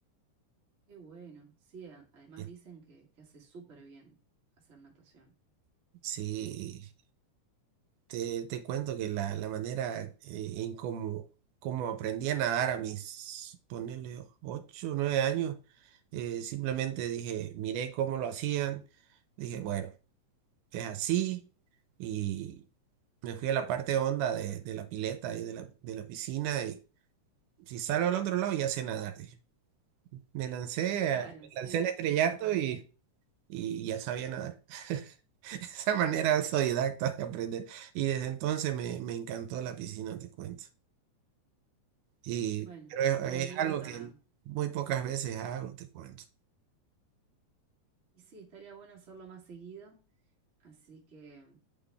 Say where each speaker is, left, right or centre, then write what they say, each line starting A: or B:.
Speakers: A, on the right (about 30°); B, on the right (about 80°).
A: Qué bueno. Sí, a- además
B: Eh,
A: dicen que, que hace súper bien hacer natación. <laughs>
B: Sí. Te, te cuento que la, la manera eh, en cómo, cómo aprendí a nadar a mis, ponerle 8 9 años, eh, simplemente dije, miré cómo lo hacían, dije, bueno, es así, y me fui a la parte honda de, de la pileta y de la, de la piscina, y si salgo al otro lado ya sé nadar, dije. Me lancé,
A: Claro,
B: a- me
A: sí,
B: lancé al estrellato
A: tal cual.
B: y, y ya sabía nadar. <laughs> Esa manera autodidacta de aprender. Y desde entonces me, me encantó la piscina, te cuento. Y,
A: Bueno,
B: pero es,
A: una anécdota.
B: es algo que muy pocas veces hago, te cuento.
A: Y sí, estaría bueno hacerlo más seguido. Así que